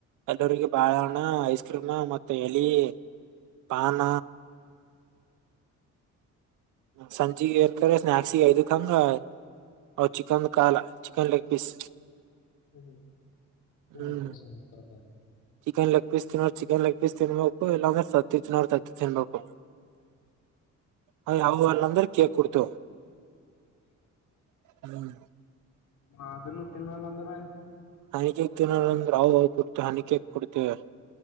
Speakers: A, on the right; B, on the left.
A: ಎಲ್ಲರಿಗೆ ಬಾಳೆಹಣ ಐಸ್ ಕ್ರೀಮ ಮತ್ತ ಎಲಿ. ಬಾಮ ಸಂಜಿಏರ್ತಾರೆ ಸ್ಕ್ ಐದ ತಂಗ ಅವ ಚಿಕನ್ ಕಾಲ ಚಿಕನ್ ಲೆಗ್ ಪೀಸ್
B: ಹ್ಮ
A: ಹ್ಮ್
B: ಇಬೇಕಷ ಬರಬರ್
A: ಚಿಕನ್ ಲೆಗ್ ಪೀಸ್ ತಿನ್ನೋಡ್ ಚಿಕನ್ ಲೆಗ್ ಪೀಸ್ ತಿನ್ಬೇಕು ಇಲ್ಲಾಂದ್ರೆ ಸತ್ತಿ ತಿನ್ನೋ್ರ ತತ್ತ ತಿನ್ಬೇಕು ಅ ಹ ಅ ಅಂದ್ರ ಕ ಕುಡ್ತ ಹ್ಮ್
B: ಹ ಅದನ್ನು ತಿನ್ನಲ್ಲ ಅಂದ್ರೆ
A: ಹನಿಕಕ್ ದನ ಅಂದ್ರ ಅವವು ಕೊಡ್ತ ಹನಿಕಕ್ ಕೊಡ್ತೇವಿ